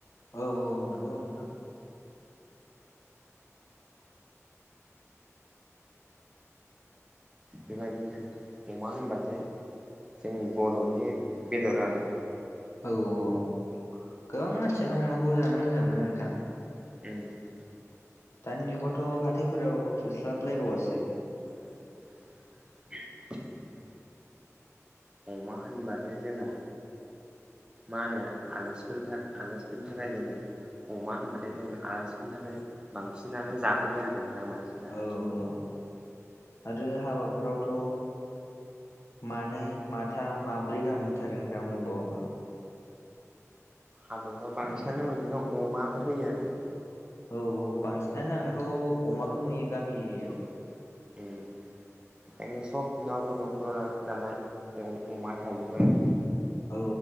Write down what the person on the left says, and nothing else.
औ औ नंगौ नोंथां <inaudible>
औ औ गोबां मानसियानो अमाखौ जानो मोजां मोनो नोंथां
दानि जुगावथ' हाथायफोराव थोस्लाबलायबावासो।
औ औ आरो हाबाफोरावथ' मानै माथाम माब्रै गाहामबोथारो नोंथां अबेबा अबा
माने
औ औ बांसिनानो आंथ' अमाखौ नुयो गामि एरियायाव।
औ